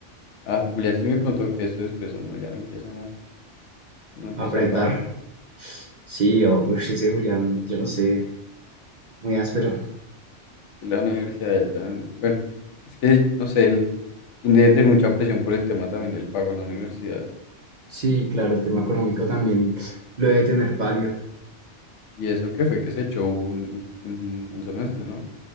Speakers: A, on the left; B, on the right.
A: ah, Julián sí me contó que esto después a uno ya lo empieza, a- uno empieza
B: Apretar.
A: a parir.
B: Sí, o uf, ese Julián, yo no sé, muy áspero.
A: Y la universidad de él también, bueno, es que, no sé, él él debe tener mucha presión por el tema también del pago de la universidad.
B: Sí, claro, el tema económico también lo debe tener pálido.
A: Y eso que fue que se echó un, un, un semestre, ¿no?